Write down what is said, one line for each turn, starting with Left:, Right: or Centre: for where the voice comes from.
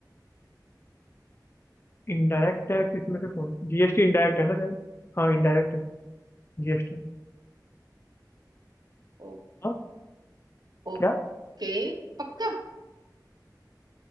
Left: इनडायरेक्ट टैक्स इसमें से कौन जीएसटी इनडायरेक्ट है ना सर हाँ इनडायरेक्ट है जीएसटी
Right: Oh
Left: हाँ
Right: Okay
Left: क्या
Right: पक्का